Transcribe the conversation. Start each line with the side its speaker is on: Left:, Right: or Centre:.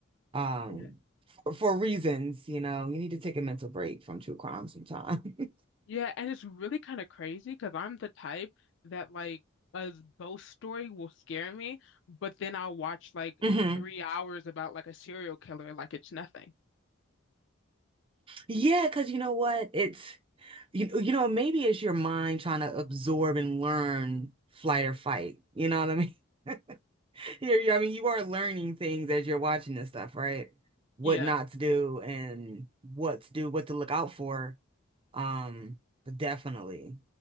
Right: Um,
Left: Yeah.
Right: for, for reasons, you know, you need to take a mental break from true crime sometimes. <laughs>
Left: Yeah, and it's really kind of crazy because I'm the type that like a ghost story will scare me, but then I'll watch like
Right: hmm
Left: three hours about like a serial killer like it's nothing.
Right: Yeah, because you know what? It's you you know, maybe it's your mind trying to absorb and learn flight or fight. You know what I mean? <laughs> You're, you're- I mean, you are learning things as you're watching this stuff, right? What
Left: Yeah.
Right: not to do and what to do, what to look out for. Um, but definitely,